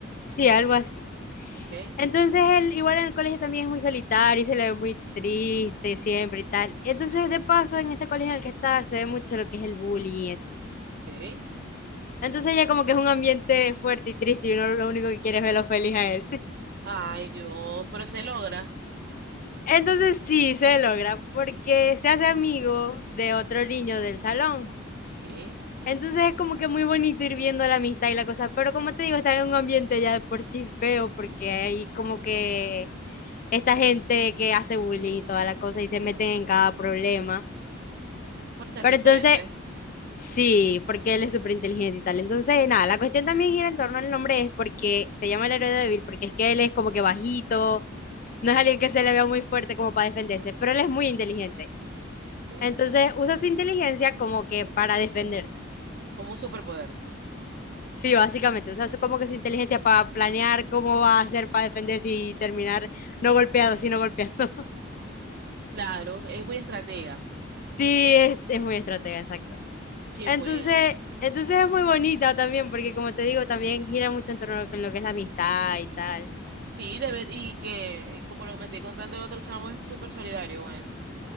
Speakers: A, on the left; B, on the right.
A: Sí, algo así.
B: Ok.
A: Entonces él igual en el colegio también es muy solitario y se le ve muy triste siempre y tal. Entonces de paso en este colegio en el que está se ve mucho lo que es el bullying y eso.
B: Ok.
A: Entonces ya como que es un ambiente fuerte y triste y uno lo único que quiere es verlo feliz a él. <laughs>
B: Ay, Dios, pero se logra.
A: Entonces sí, se logra porque se hace amigo de otro niño del salón.
B: Ok.
A: Entonces es como que muy bonito ir viendo la amistad y la cosa, pero como te digo, está en un ambiente ya de por sí feo, porque hay como que esta gente que hace bullying y toda la cosa y se meten en cada problema.
B: Por ser
A: Pero
B: diferente.
A: entonces, sí, porque él es súper inteligente y tal. Entonces, nada, la cuestión también gira en torno al nombre, es porque se llama el héroe débil, porque es que él es como que bajito, no es alguien que se le vea muy fuerte como para defenderse, pero él es muy inteligente.
B: Ok.
A: Entonces usa su inteligencia como que para defenderse.
B: Como un superpoder.
A: Sí, básicamente, o sea, es como que su inteligencia para planear cómo va a hacer para defenderse y terminar no golpeado, sino golpeando. <laughs>
B: Claro, es muy estratega.
A: Sí, es, es muy estratega, exacto.
B: Qué
A: Entonces,
B: bueno.
A: entonces es muy bonita también, porque como te digo, también gira mucho en torno con lo que es la amistad y tal.
B: Sí, debe, y que, y como lo que me estoy contando el otro chamo, es súper solidario con él.